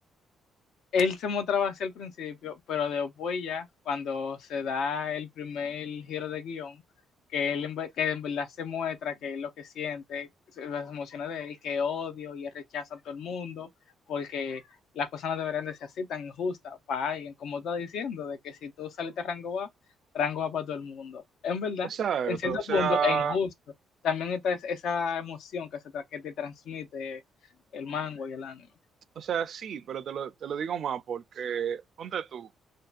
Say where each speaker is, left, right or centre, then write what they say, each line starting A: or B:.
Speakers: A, on the left; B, on the right.
A: Él se mostraba hacia el principio, pero después ya, cuando se da el primer giro de guión, que él en, ve- que en verdad se muestra que es lo que siente, se- las emociones de él, que odio y él rechaza a todo el mundo, porque las cosas no deberían de ser así tan injustas para alguien, como está diciendo, de que si tú saliste a rango A, rango A para todo el mundo. En verdad,
B: exacto,
A: en cierto
B: o sea...
A: punto es injusto. También está es- esa emoción que, se tra- que te transmite el mango y el anime.
B: O sea, sí, pero te lo, te lo digo más porque, ponte tú,